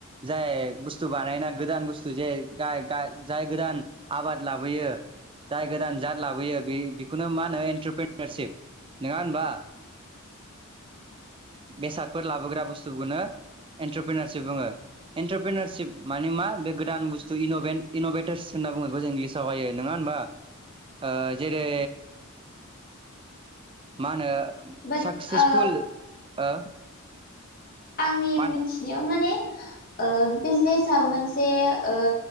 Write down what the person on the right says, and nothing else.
जाय बुस्थु बानायना गोदान बुस थु जे गाय गा जाय गोदान आबाद लाबोयो। जाय गोदान जाद लाबोयो। बे बेखौनो मा होनो एन्टरप्रिनिरशिप नङा होनबा? बेसादफोर लाबोग्रा बुस्थुखौनो एन्टारप्रिनारशिप बुङो। एन्टारप्रिनारशिप माने मा? बे गोदान बुस्थु इन'भेन इन'भेटारस होनना बुङो बेखौ जों इंलिसावहायो नङा होनबा? ओ जेरै मा होनो
साक्सेसफुल
ओ
मा
होनो